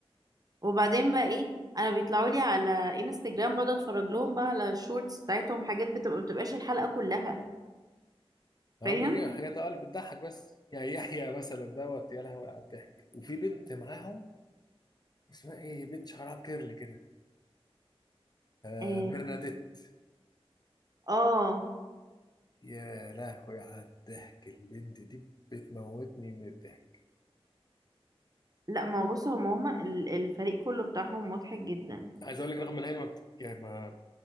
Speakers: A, on the right; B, on the left.
A: وبعدين بقى ايه انا بيطلعوا لي على انستجرام بقعد اتفرج لهم بقى على الشورتس بتاعتهم حاجات بتبقى ما بتبقاش الحلقه كلها
B: هو
A: فاهم
B: بيجيب حاجات اقل بتضحك بس يعني يحيى مثلا دوت يا لهوي على الضحك وفي بنت معاهم اسمها ايه بنت شعرها كيرلي كده آه
A: اه
B: برناديت
A: آه.
B: يا لهوي على الضحك البنت دي بتموتني من الضحك
A: لا ما هو بص هم هم ال- الفريق كله بتاعهم مضحك جدا
B: عايز اقول لك رغم ان هي ما بت... يعني ما...